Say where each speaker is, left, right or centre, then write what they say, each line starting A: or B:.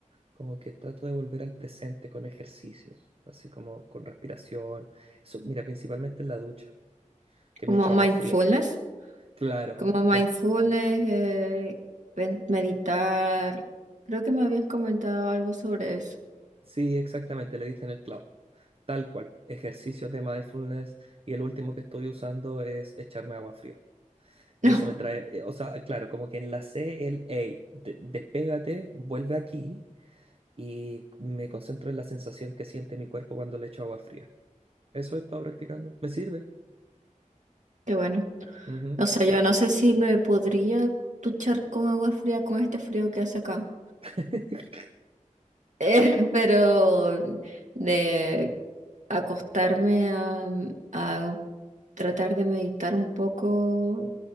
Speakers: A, on the right; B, on the right.
A: como que trato de volver al presente con ejercicios, así como con respiración. Eso, mira, principalmente en la ducha, que
B: Como
A: me echo
B: mindfulness,
A: agua fría. Claro,
B: como mindfulness,
A: com-
B: eh, pen- meditar. Creo que me habías comentado algo sobre eso. <laughs>
A: sí, exactamente, le diste en el clavo. Tal cual, ejercicios de mindfulness y el último que estoy usando es echarme agua fría. Y
B: No,
A: eso me trae, eh, o sea, claro, como que enlacé el, hey, de- despégate, vuelve aquí y me concentro en la sensación que siente mi cuerpo cuando le echo agua fría. Eso he estado practicando. ¿Me sirve?
B: qué bueno.
A: Ujú.
B: O sea, yo no sé si me podría duchar con agua fría con este frío que hace acá.
A: <laughs>
B: Eh, <laughs> pero de acostarme a, a tratar de meditar un poco,